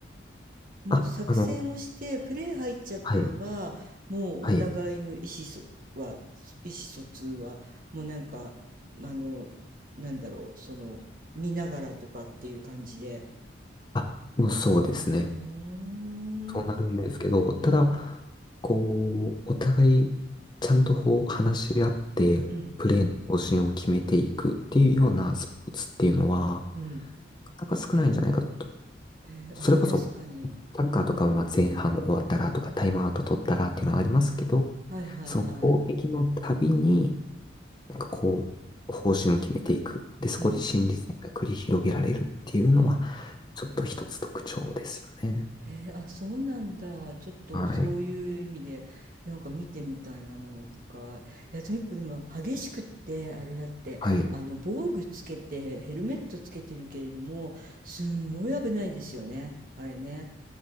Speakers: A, on the right (about 45°); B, on the left (about 25°).
A: もう作戦をして、
B: あ、あの、
A: プレー入っちゃったらば、
B: はい。
A: もうお互いの意思疎は、
B: はい。
A: 意思疎通は、もうなんか、あの、なんだろう、その、見ながらとかっていう感じで
B: あ、もうそうですね。
A: やってくれるんですか。うーん。
B: そうなるんですけど、ただ、
A: うん、
B: こう、お互いちゃんとこう話し合って、
A: うん、
B: プレーの方針を決めていくっていうようなスポーツっていうのは、
A: うん。
B: なかなか少ないんじゃないかと。
A: へえ、
B: それこそ、
A: あ、確かに。
B: サッカーとかはまあ前半終わったらとか、タイムアウト取ったらっていうのはありますけど、
A: うん。はいはいは
B: その攻撃のたびに、なんかこう、方針を決めていく。で、そこで心理戦が繰り広げられるっていうのは、
A: い。うん、うん。
B: ちょっと一つ特徴ですよね。
A: へえ、あ、そうなんだ。ちょっとそういう意味で、
B: はい。
A: なんか見てみたいな、もう一回。いや、とにかくでも、激しくって、あれだって、
B: はい。
A: あの、防具つけて、ヘルメットつけてるけれども、すんごい危ないですよね。あれね。